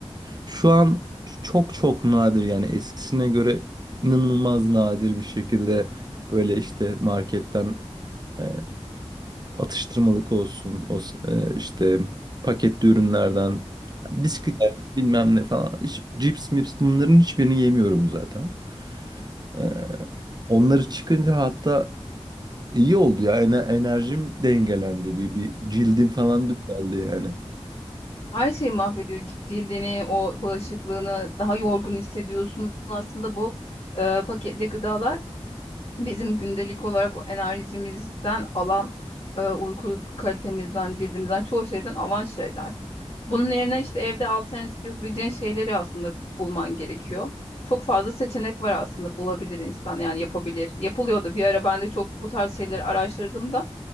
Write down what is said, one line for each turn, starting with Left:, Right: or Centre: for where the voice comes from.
Right: Şu an çok çok nadir yani eskisine göre inanılmaz nadir bir şekilde böyle işte marketten E, atıştırmalık olsun, o s- e, işte paketli ürünlerden, bisküvi Evet. bilmem ne falan, hiç, cips mips bunların hiçbirini yemiyorum zaten. E, onları çıkınca hatta iyi oldu ya ener- enerjim dengelendi bir, bir cildim falan düzeldi yani.
Left: Her şeyi mahvediyor cildini, o bağışıklığını, daha yorgun hissediyorsun. Aslında bu e, paketli gıdalar bizim gündelik olarak o enerjimizden alan, e, uyku kalitemizden, cildimizden çoğu şeyden alan şeyler. Bunun yerine işte evde alternatif yapabileceğin şeyleri aslında bulman gerekiyor. Çok fazla seçenek var aslında bulabilir insan yani yapabilir. Yapılıyordu. Bir ara ben de çok bu tarz şeyleri araştırdım da